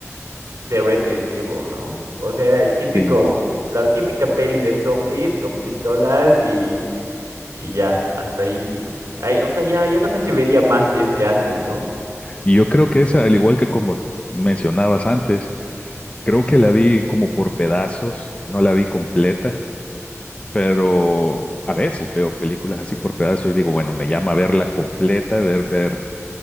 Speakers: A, on the right; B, on the left.
A: de Resident Evil, ¿no? O sea, era el típico,
B: sí.
A: la típica peli de zombies con pistolas y, y ya, hasta ahí. Ay, o sea, ya, ya no sé si vería más si es que hacen, ¿no?
B: Y yo creo que esa, al igual que como mencionabas antes, creo que la vi como por pedazos, no la vi completa, pero a veces veo películas así por pedazos y digo, bueno, me llama a verla completa, ver, ver